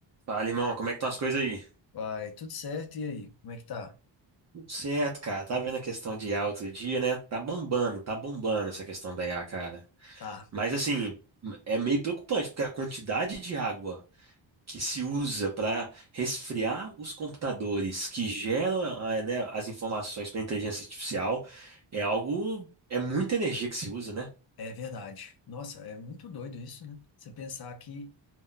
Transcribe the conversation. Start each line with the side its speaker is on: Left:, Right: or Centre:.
Right: Fala, irmão, como é que estão as coisas aí?
Left: Vai, tudo certo. E aí, como é que tá?
Right: Tudo certo, cara. Tá vendo a questão de IA outro dia, né? Tá bombando, tá bombando essa questão da IA, cara.
Left: Tá,
Right: Mas assim, é meio preocupante, porque a quantidade de água que se usa para resfriar os computadores que geram, ah, né, as informações para inteligência artificial é algo, é muita energia que se usa, né?
Left: é verdade. Nossa, é muito doido isso, né? Você pensar que,